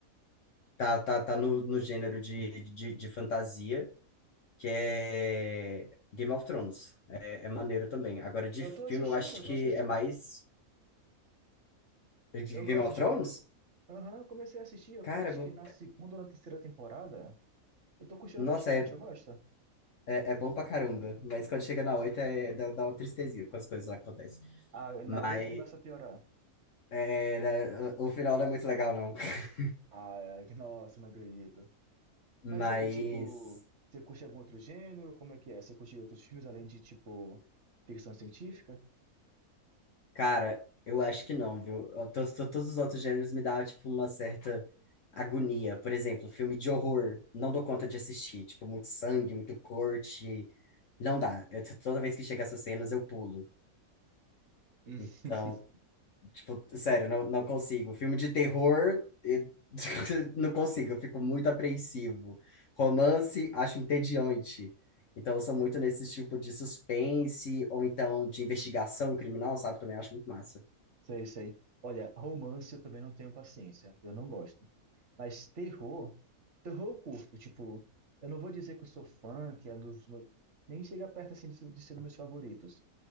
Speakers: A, on the left; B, on the right.
A: tá, tá, tá no, no gênero de, de, de fantasia. que é Game of Thrones. É, é maneiro também. Agora, de
B: Eu tô
A: filme,
B: assistindo,
A: eu acho
B: eu
A: que
B: tô assistindo.
A: é mais. de
B: Eu
A: Game
B: gosto,
A: of
B: tipo,
A: Thrones?
B: aham, eu comecei a assistir, eu
A: Cara,
B: tô acho
A: é bo-
B: que na segunda ou na terceira temporada. Eu tô curtindo
A: nossa,
B: bastante,
A: é,
B: eu gosto.
A: é, é bom pra caramba. Mas quando chega na oito, é, dá, dá uma tristezinha com as coisas que acontecem.
B: Ah, na
A: Mas.
B: oito começa a piorar.
A: é, né, o o final não é muito legal, não. <laughs>
B: Ah, é, nossa, não acredito.
A: Mas.
B: Mas e aí, tipo, você curte algum outro gênero? Como é que é? Você curte outros filmes além de, tipo, ficção científica?
A: Cara, eu acho que não, viu? Eu- to- to- Todos, os outros gêneros me dão, tipo, uma certa agonia. Por exemplo, filme de horror, não dou conta de assistir. Tipo, muito sangue, muito corte. Não dá. Eu t- toda vez que chega essas cenas, eu pulo.
B: <laughs>
A: Então, tipo, sério, não, não consigo. Filme de terror, eh, <laughs> não consigo. Eu fico muito apreensivo. Romance, acho entediante. Então, eu sou muito nesse tipo de suspense, ou então de investigação criminal, sabe? Também acho muito massa.
B: Sei, sei. Olha, romance eu também não tenho paciência. Eu não gosto. Mas terror, terror eu curto. Tipo, eu não vou dizer que eu sou fã, que é dos meus... Nem chega perto, assim, de ser de ser dos meus favoritos.